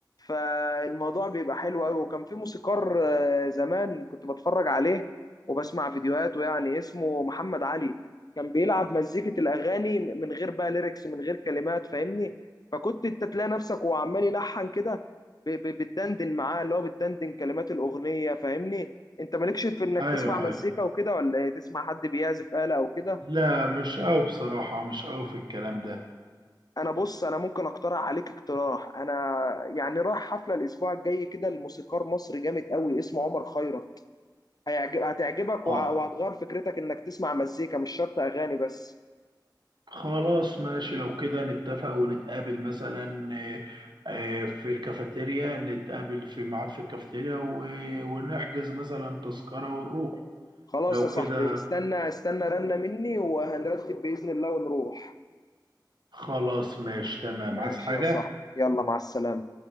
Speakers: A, on the left; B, on the right.
A: فالموضوع بيبقى حلو قوي وكان في موسيقار آه، زمان كنت بتفرج عليه وبسمع فيديوهاته يعني اسمه محمد علي كان بيلعب مزيكة الأغاني من غير بقى ليركس من غير كلمات فاهمني فكنت انت تلاقي نفسك وهو عمال يلحن كده ب- ب- بتدندن معاه اللي هو بتدندن كلمات الاغنيه فاهمني انت مالكش في انك
B: ايوه
A: تسمع مزيكا
B: أيوة.
A: وكده ولا إيه؟ تسمع حد بيعزف آلة او كده
B: لا مش قوي بصراحه مش قوي في الكلام ده
A: انا بص انا ممكن اقترح عليك اقتراح انا يعني رايح حفله الاسبوع الجاي كده لموسيقار مصري جامد قوي اسمه عمر خيرت هيعجب هتعجبك
B: اه
A: وه- وهتغير فكرتك انك تسمع مزيكا مش شرط اغاني بس
B: خلاص ماشي لو كده نتفق ونتقابل مثلا آه، آه، في الكافيتيريا نتقابل في ميعاد في الكافيتيريا و- ونحجز مثلا تذكره ونروح
A: خلاص
B: لو
A: يا صاحبي
B: كده
A: استنى استنى رنة مني وهنرتب بإذن الله ونروح
B: خلاص ماشي تمام
A: ماشي
B: عايز حاجه
A: يا صاحبي يلا مع السلامة